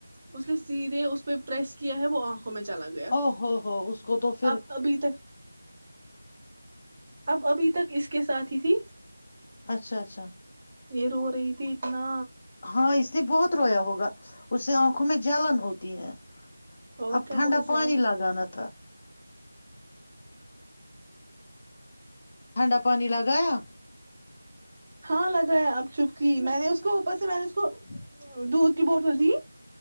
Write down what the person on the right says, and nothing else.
اس نے سیدھے اس پہ پریس کیا ہے وہ میں چلا گیا
اب ابھی تک اب ابھی تک اس کے ساتھی تھی
یہ رو رہی تھی اتنا
اور
کیا
بہت زیادہ
ہاں لگایا اب چپکی میں نے اس کو ا بس سے میں نے اس
کو
دودھ کی بوٹل ت